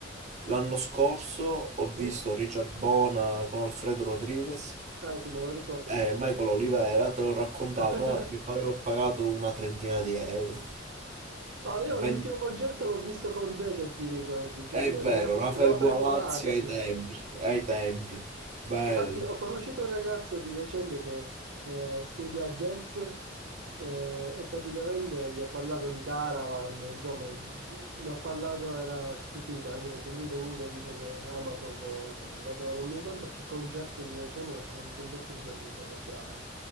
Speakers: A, on the right; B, on the right.
A: l'anno
B: Mm.
A: scorso ho visto
B: Sì?
A: Richard Bona con Alfredo Rodriguez
B: Ah sì, me lo ricordo,
A: e
B: me l'avevi
A: Michael
B: detto.
A: Olivera, te l'ho raccontato,
B: <laughs>
A: ma mi pare che ho pagato una trentina di euro.
B: No, io
A: Ven-
B: l'ultimo concerto l'ho visto con te, se ti ricordi, quello
A: È vero,
B: di Rafa-
A: Rafael
B: Rafael
A: Gualazzi
B: Balazzi.
A: ai templi, ai templi. Bello.
B: Infatti, ho conosciuto un ragazzo di recente che eh, studia jazz eh, e praticamente gli ho parlato di Caravan, insomma, di- mi ha parlato, era stupito, anche perché lui comunque dice che ama proprio, cioè è andato, non mi ricordo a che concerto di recente, ma c'era un concerto di quelli proprio bravi,